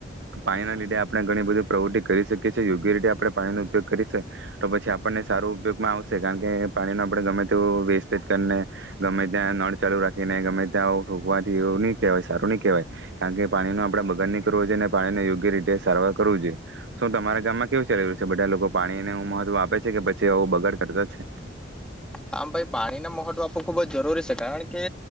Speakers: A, on the right; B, in the centre.
A: પાણીના લીધે આપણે ઘણી બધી પ્રવૃત્તિ કરી શકીએ છે. યોગ્ય રીતે આપણે પાણીનો ઉપયોગ કરીશ તો પછી આપણને સારું ઉપયોગમાં આવશે કારણ કે પાણીનો આપણે ગમે તેવું વેસ્ટેજ કરીને ગમે ત્યાં નળ ચાલુ રાખીને ગમે ત્યાં થુંકવાથી એવું નહી કહેવાય સારું નહી કહેવાય કારણ કે પાણીનો આપણેે બગાડ નઈ કરવો જોઈએ ને પાણીને યોગ્ય રીતે સારવાર કરવું જોઈએ શું તમારા ગામમાં કેવું ચાલી રહ્યું છે બધા લોકો પાણી ને એવું મહત્વ આપે છે કે પછી આવું બગાડ કરતો છે.
B: હા ભાઈ પાણીને મહત્વ આપવો ખુબ જ જરૂરી છે કારણ કે